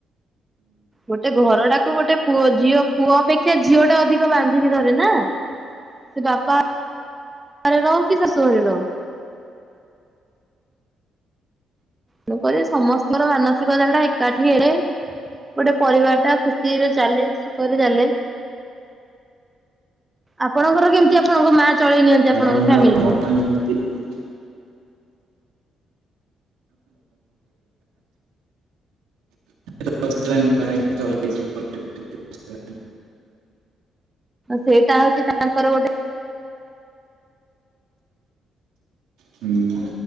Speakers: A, on the right; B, on the right.
A: ଗୋଟେ ଘରଟାକୁ ଗୋଟେ ପୁଅ ଝିଅ ପୁଅ ଅପେକ୍ଷା ଝିଅ ଟା ଅଧିକ ବାନ୍ଧିକି ଧରେ ନା? ସେ ବାପା ଘରେ ରହୁ କି ଶାଶୁ ଘରେ ରହୁ। ତେଣୁକରି ସମସ୍ତିଙ୍କର ମାନସିକତା ଟା ଏକାଠି ହେରେ ଗୋଟେ ପରିବାର ଟା ଖୁସିରେ ଚାଲେ ସୁଖରେ ଚାଲେ। ଆପଣଙ୍କର କେମିତି ଆପଣଙ୍କ ମା ଚଳେଇ ନିଅନ୍ତି
B: ଆପଣଙ୍କ
A: ଫ୍ୟାମିଲିକୁ?
B: <unintelligible> <unintelligible>
A: ସେଇଟା ହଉଚି ତାଙ୍କର ଗୋଟେ
B: ହୁଁ।